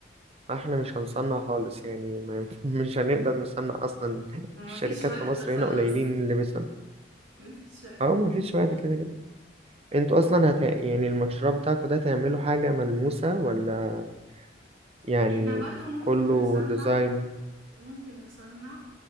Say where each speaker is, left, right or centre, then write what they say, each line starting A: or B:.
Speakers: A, on the right (about 30°); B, on the right (about 75°).
A: فاحنا مش هنصنع خالص يعني ما ينف- <laughs> مش هنقدر نصنع أصلا
B: ومفيش
A: الشركات
B: وقت
A: في مصر
B: خلاص
A: هنا قليلين اللي بيصنع
B: مفيش وقت
A: أهو مفيش وقت كده كده انتوا أصلا هت يعني المشروع بتاعكوا ده تعملوا حاجة ملموسة ولا يعني
B: احنا برضو ممكن
A: كله
B: نصنع
A: ديزاين
B: ممكن نصنع